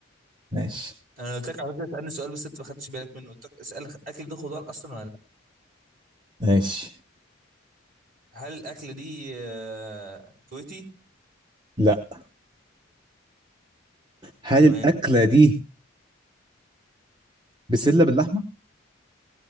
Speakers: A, on the right; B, on the right.
A: ماشي
B: انا قلت لك على فكره اسالني سؤال بس انت ما خدتش بالك منه قلت لك اسال الاكل ده خضار اصلا ولا لا
A: ماشي
B: هل الاكل دي آه كويتي
A: لا هل
B: تمام
A: الأكلة دي بسلة باللحمة؟